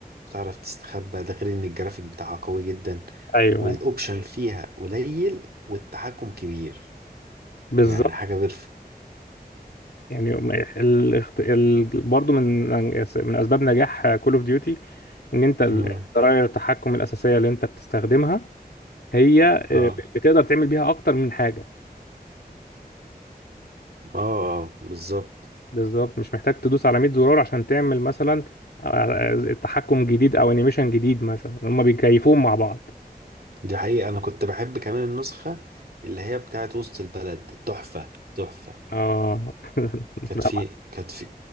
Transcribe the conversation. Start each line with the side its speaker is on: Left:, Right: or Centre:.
Right: وتعرف تستخبى ده غير ان الجرافيك بتاعها قوي جدا
Left: ايوه
Right: والاوبشن
Left: أيوه.
Right: مم. فيها قليل والتحكم كبير
Left: بالظبط
Right: يعني حاجه بيرفكت
Left: يعني الاخت... ال... برضه من من اسباب نجاح كول اوف ديوتي ان انت ال-
Right: مم.
Left: زراير التحكم الاساسيه اللي انت بتستخدمها هي آه،
Right: اه
Left: بتقدر تعمل بيها اكتر من حاجه
Right: اه اه بالظبط
Left: بالظبط مش محتاج تدوس على 100 زرار عشان تعمل مثلا آه، آه، تحكم جديد او انيميشن جديد مثلا هما بيكيفوهم مع بعض
Right: دي حقيقة أنا كنت بحب كمان النسخة اللي هي بتاعت وسط البلد تحفة تحفة
Left: اه <laughs>
Right: كانت
Left: لا
Right: في
Left: ما
Right: كانت في